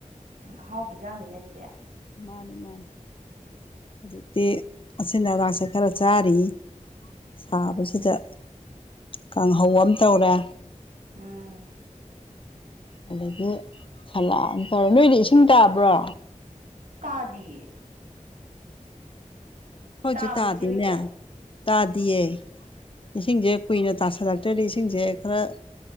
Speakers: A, on the right; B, on the left.
A: ꯎ ꯑꯍꯥꯎꯕ ꯑꯦꯟꯖꯥꯡꯅꯤꯅꯦ ꯑꯗꯨꯗꯤ
B: ꯃꯥꯅꯤ ꯃꯥꯅꯤ ꯍꯧꯖꯤꯛꯇꯤ ꯑꯁꯤꯟ ꯑꯔꯥꯛꯁꯦ ꯈꯔ ꯆꯥꯔꯤ ꯁꯥꯕꯁꯤꯗ
A: ꯎꯝ
B: ꯀꯥꯡꯍꯧ ꯑꯃ ꯇꯧꯔꯦ
A: ꯎꯝ
B: ꯑꯗꯒꯤ ꯐꯅꯥꯌꯝ ꯇꯧꯔꯦ ꯅꯣꯏꯗꯤ ꯏꯁꯤꯡ ꯇꯥꯕ꯭ꯔꯣ
A: ꯇꯥꯗꯦ ꯑꯦ
B: ꯑꯩꯈꯣꯌ
A: ꯇꯥꯕ꯭ꯔꯣ
B: ꯁꯨ ꯇꯥꯗꯦꯅꯦ
A: ꯏꯆꯦ ꯍꯣꯏꯒꯤ
B: ꯇꯥꯗꯤꯌꯦ ꯏꯁꯤꯡꯁꯦ ꯀꯨꯏꯅ ꯇꯥꯁꯜꯂꯛꯇ꯭ꯔꯗꯤ ꯏꯁꯤꯡꯁꯦ ꯈꯔ